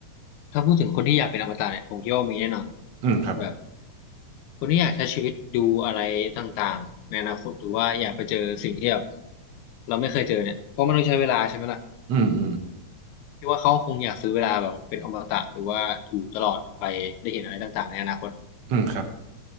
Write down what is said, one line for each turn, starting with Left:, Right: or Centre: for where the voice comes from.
Left: ถ้าพูดถึงคนที่อยากเป็นอมตะเนี่ยผมคิดว่ามีแน่นอน
Right: อืมครับ
Left: แบบคนที่อยากใช้ชีวิตดูอะไรต่างๆในอนาคตหรือว่าอยากไปเจอสิ่งที่แบบเราไม่เคยเจอเนี่ยเพราะมันต้องใช้เวลาใช่ไหมล่ะ
Right: อืมอืม
Left: พี่ว่าเขาคงอยากซื้อเวลาแบบเป็นอมตะหรือว่าอยู่ตลอดไปได้เห็นอะไรต่างๆในอนาคต
Right: อืมครับ